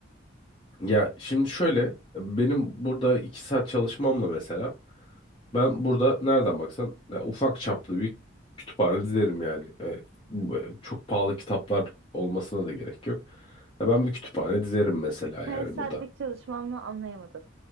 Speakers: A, on the left (about 25°); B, on the right (about 75°).
A: Ya şimdi şöyle benim burada iki saat çalışmamla mesela ben burada nereden baksan ya ufak çaplı bir kütüphane dizerim yani. E, bu, e, çok pahalı kitaplar olmasına da gerek yok. Ya ben bir kütüphane dizerim mesela
B: Kare
A: yani
B: saatlik
A: burada.
B: çalışmanı anlayamadım.